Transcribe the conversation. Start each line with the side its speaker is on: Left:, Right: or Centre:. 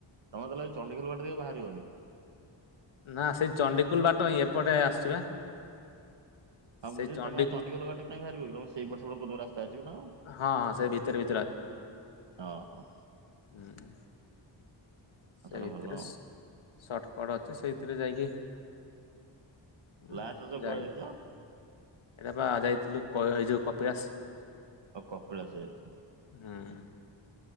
Right: ତମେ ତାହେଲେ ଚଣ୍ଡିଖୋଲ ବାଟେ ଦେଇ ବାହାରିବନି?
Left: ନା ସେଇ ଚଣ୍ଡୀଖୋଲ୍ ବାଟ ହିଁ ଏପଟେ ଆସିଚି ବା।
Right: ହଁ
Left: ସେଇ
Right: ବୁଝିଲି
Left: ଚଣ୍ଡି
Right: ତମେ ଆଉ ଚଣ୍ଡିଖୋଲ ବାଟେ କାଇଁ ବାରିବ କି ତମର ସେଇ ପଟେ କଇଲ ରାସ୍ତା ଅଛି ତମର।
Left: ହଁ ହଁ ସେ ଭିତରେ ଭିତ୍
Right: ଅ ହ।
Left: ଉଁ ହୁଁ।
Right: ଆଉ
Left: ସେ
Right: ତାହେଲେ
Left: ଭିତରେ
Right: ଭଲ ଆଉ
Left: ସର୍ଟକଡ୍ ଅଛି ସେଇଥିରେ ଯାଇକି ଉଁ
Right: ଲାଷ୍ଟ ରଜ
Left: ଯାଇ
Right: କୁଆଡେ ଯାଇଥିଲ?
Left: ଏଇଟା ବା ଯାଇଥିଲୁ କୈ ଏଇ ଯୋଉ କପିଳାସ୍।
Right: ଓ କପିଳାସ ଯାଇଥିଲ।
Left: ହୁଁ।